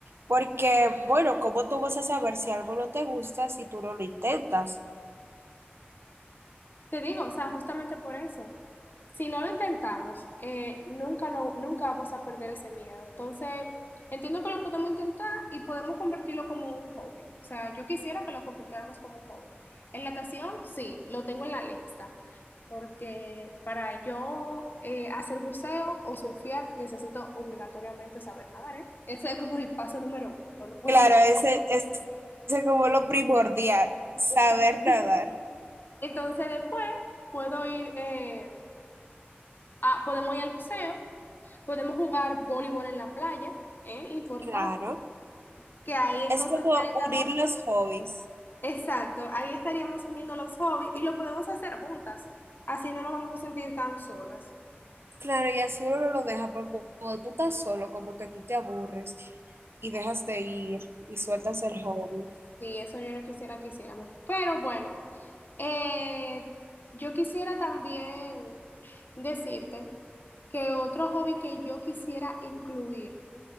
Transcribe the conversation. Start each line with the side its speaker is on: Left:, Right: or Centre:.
Right: porque, bueno, ¿cómo tú vas a saber si algo no te gusta si tú no lo intentas?
Left: Te digo, o sea, justamente por eso. Si no lo intentamos, eh, nunca lo, nunca vamos a perder ese miedo. Entonces, entiendo que lo podemos intentar y podemos convertirlo como un hobby. O sea, yo quisiera que lo convirtiéramos como un hobby. En natación, sí, lo tengo en la lista. Porque para yo eh, hacer buceo o surfear, necesito obligatoriamente saber nadar, ¿eh? Ese es como el paso número uno, no lo puedo
Right: Claro,
Left: perder.
Right: ese ese es como lo primordial, saber
Left: <laughs> Exacto.
Right: nadar.
Left: Entonces, después puedo ir. eh, Ah, podemos ir al buceo, podemos jugar voleibol en la playa, ¿eh? Importante.
Right: Claro,
Left: Que ahí entonces
Right: es como
Left: estaríamos,
Right: unir los hobbies.
Left: exacto, ahí estaríamos uniendo los hobbies y lo podemos hacer juntas. Así no nos vamos a sentir tan solas.
Right: Claro, y así uno no lo deja, porque cuando tú estás solo, como que tú te aburres y dejas de ir y sueltas el hobby.
Left: Sí, eso yo no quisiera que hiciéramos. Pero bueno, eh, yo quisiera también decirte que otro hobby que yo quisiera incluir,